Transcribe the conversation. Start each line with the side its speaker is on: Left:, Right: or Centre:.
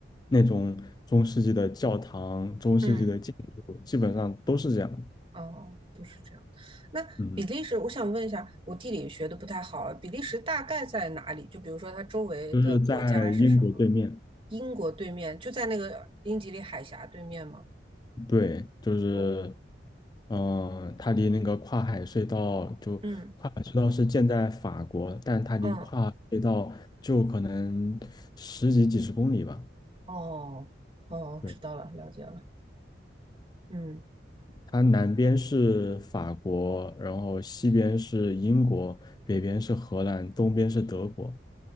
Left: 那种中世纪的教堂、中世纪的建筑，
Right: 嗯，
Left: 基本上都是这样。
Right: 哦，就是这样。那比利时，
Left: 嗯，
Right: 我想问一下，我地理学的不太好啊，比利时大概在哪里？就比如说它周围的国家是什么？
Left: 就是在英国对面。
Right: 英国对面，就在那个英吉利海峡对面吗？
Left: 对，就是，
Right: 哦，
Left: 嗯、它离那个跨海隧道就跨海隧道是建在法国，
Right: 嗯
Left: 但它离跨海隧道就可能十几几十公里吧。
Right: 嗯，哦哦，
Left: 对，
Right: 知道了，了解了，嗯，
Left: 它南边是法国，然后西边是英国，北边是荷兰，东边是德国。